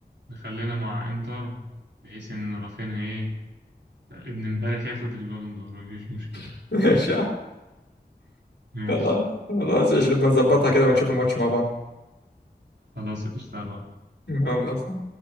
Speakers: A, on the right; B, on the left.
A: نخلينا مع إنتر بحيث إن رافينيا إيه ابن امبارح ياخد البالون دور مفيش مشكلة
B: <laughs> ماشي يا عم.
A: ماشي
B: خلاص خلاص ايش نبقى نظبطها كده ونشوف الماتش مع بعض
A: خلاص قشطة بقى.
B: يلا